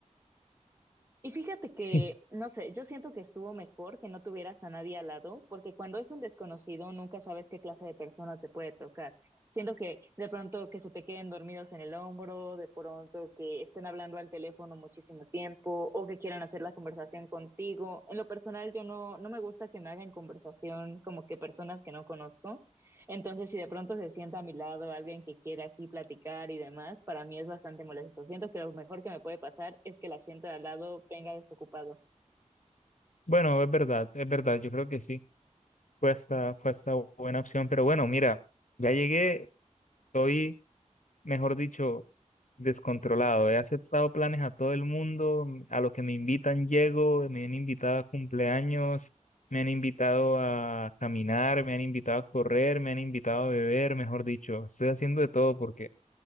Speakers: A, on the right; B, on the left.
A: Y fíjate que,
B: <laughs>
A: no sé, yo siento que estuvo mejor que no tuvieras a nadie al lado, porque cuando es un desconocido nunca sabes qué clase de persona te puede tocar. Siento que de pronto que se te queden dormidos en el hombro, de pronto que estén hablando al teléfono muchísimo tiempo o que quieran hacer la conversación contigo. En lo personal, yo no, no me gusta que me hagan conversación como que personas que no conozco. Entonces, si de pronto se sienta a mi lado alguien que quiere aquí platicar y demás, para mí es bastante molesto. Siento que lo mejor que me puede pasar es que el asiento de al lado venga desocupado.
B: Bueno, es verdad, es verdad, yo creo que sí, fue hasta, fue hasta buena opción, pero bueno, mira, ya llegué, estoy, mejor dicho, descontrolado, he aceptado planes a todo el mundo, a lo que me invitan llego, me han invitado a cumpleaños, me han invitado a caminar, me han invitado a correr, me han invitado a beber, mejor dicho, estoy haciendo de todo porque...